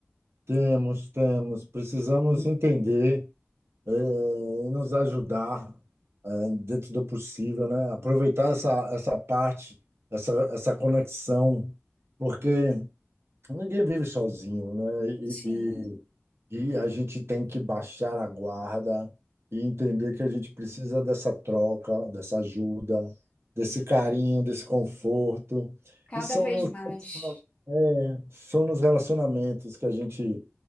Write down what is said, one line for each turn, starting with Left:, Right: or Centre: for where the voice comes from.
Right: temos, temos. Precisamos entender. eh, e nos ajudar, eh, dentro do possível, né? Aproveitar essa, essa parte, essa, essa conexão, porque ninguém vive sozinho, né? E,
Left: Sim,
Right: e, e a gente tem que baixar a guarda e entender que a gente precisa dessa troca, dessa ajuda, desse carinho, desse conforto.
Left: cada
Right: E são
Left: vez
Right: nos,
Left: mais.
Right: é, são nos relacionamentos que a gente